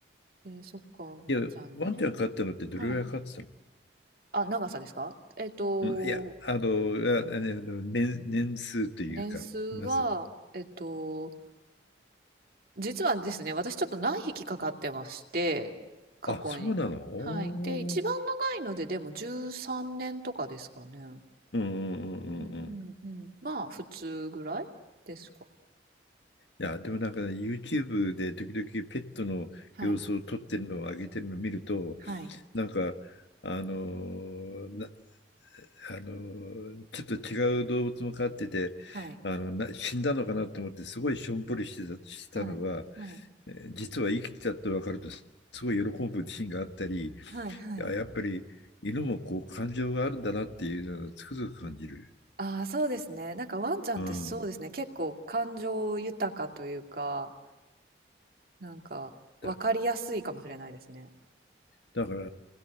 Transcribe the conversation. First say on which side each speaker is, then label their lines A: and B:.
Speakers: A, on the right (about 55°); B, on the left (about 80°).
A: えーそっか、猫ちゃんね。
B: いや、ワンちゃん飼ったのってどれぐらい飼ってたの、
A: はい。あ、長さですかえっと、
B: うん、いや、あの、あ、あの、年、年数というか、
A: 年数は、
B: まず。
A: えっと、実はですね、私ちょっと何匹かかってまして、過去に。
B: あ、そうなのおー。
A: はい。で、一番長いので、でも13年とかですかね。
B: うんうんうんうんうん。
A: うんうんうん。まあ、普通ぐらいですか。
B: いや、でもなんかね、YouTube で時々ペットの様子を撮ってるのを上げてるのを見ると、
A: はい、はい、
B: なんか、あのーあの、ちょっと違う動物も飼ってて、
A: はい、
B: あの、な死んだのかなと思って、すごいしょんぼりしてた、してたのが、
A: はい、はい、
B: えー実は生きてたって分かると、すごい喜ぶシーンがあったり、い
A: はい、はい。
B: や、やっぱり犬もこう感情があるんだなっていうのをつくづく感じる。
A: ああ、そうですね。なんかワンちゃんってそうですね。
B: うん。
A: 結構感情豊かというか、なんか分かりやすいかもしれないですね。
B: だ、だから、